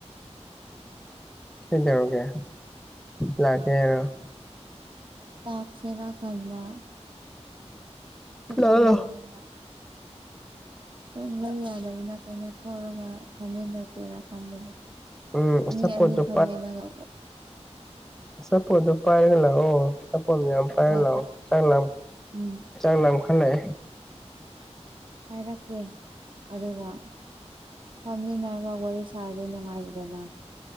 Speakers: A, in the centre; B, on the right (about 45°).
A: ꯁꯤꯗꯔꯒꯦ ꯂꯀꯦꯣ <unintelligible> <inaudible>
B: ꯇꯁꯔꯥ ꯈꯟ <inaudible> ꯠꯇꯣꯕꯗ
A: ꯂꯥꯛꯑꯣ
B: ꯂꯅ <inaudible> <unintelligible> ꯊ ꯌꯥ ꯌꯥꯗ ꯑꯗꯨꯅ ꯑꯩꯅ ꯊꯔꯒ ꯐꯝꯃꯦꯟꯅ ꯆꯦꯔꯀꯥꯟꯗꯗ
A: ꯎꯝ ꯑꯆꯥꯄꯣꯠꯇꯣ
B: ꯃꯤ ꯑꯅꯤ ꯐꯝꯃꯦꯟꯅꯒ
A: ꯁꯞꯨ ꯇꯗꯨꯞꯄꯥꯏꯡꯂ ꯑꯣ ꯄꯝꯕꯤ ꯐ
B: ꯍꯣꯏ
A: ꯆ
B: ꯎꯝ
A: ꯆꯥꯡꯈ ꯂꯩ
B: ꯍꯥꯏꯔꯛꯀꯦ ꯑꯗꯨꯒ ꯐꯃꯤꯟꯅꯅ ꯋꯥꯔꯤ ꯁꯥꯔꯕꯤ ꯅꯨꯡꯉꯥꯏꯗꯅ